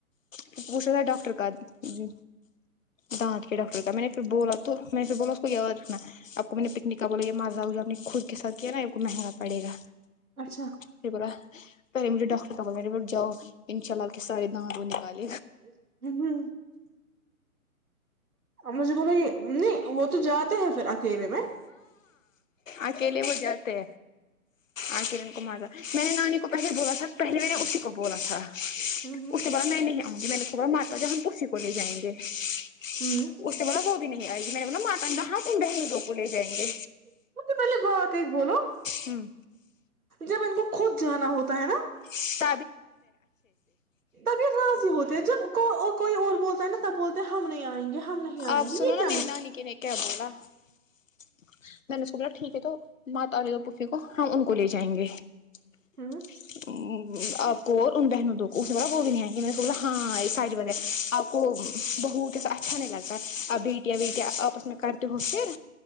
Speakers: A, on the left (about 60°); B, on the right (about 80°).
A: پ پوچھا تھا ڈاکٹر کا ج دانت کے ڈاکٹر کاا میں نے پھر بولا تو میں نے پھر بولا اس کو یاد رکھنا آپ کو میں نے پکنک کا بولا یہ مزہ اپ نے خود کے ساتھ کیا نا آپ کو مہنگا پڑے گا
B: اچھا
A: پھر بولا پہلے مجھے ڈاکٹر کا بولا میرے ب جا انشاء اللہ کے سارے دانت و نکال
B: ہ ہوں <unintelligible> مجھے بولو یہ نہیں وہ تو جاتے ہیں پھر س رہے میں
A: آ کے لیے وہو جتے آ کرن کمار میں نے نانی کو پہلے بولا تھا پہلے میں نے اسی کو بولا تھا اس
B: ہ
A: کے بولا میں نہیں آؤںی میں نے اس بو ماتا جی ہم اسسی کو لے جائیں گے اس
B: ہ
A: سے بولا وہ بھی نہیں آئے گی م میں نے بولا ماتا ہاں تم رہنے دو کو
B: اس
A: لے جائیں گے
B: سے پہلے بات ایک بولو
A: ہمم
B: جب ان کو خود جانا ہوتا ہے نا <unintelligible>
A: ت
B: تبگر رضی ہوتی <unintelligible> جب کوئی اور بولتا ہے نا تب بولتے ہیں ہم نہیں آئیں گے <unintelligible> آئیں
A: آپ سنو
B: گے یہ
A: نا
B: کیا
A: میری
B: مسئلہ
A: نانی کے نے کیا بولا <unintelligible> میں نے سوچا ٹھیک ہے تو ماں تاری تو پی ہم ان کو لے جائیں گے <unintelligible>
B: ہ
A: آپ <inaudible> کو اور ان بہنوں دو کو اس بڑا وہ بھی نہیں آ گ ہاں سائڈ آ کو بہت ایسا اچھا نہیں لگا <unintelligible> ا بیٹیا بیٹیا آپس میں کرتے ہو پھر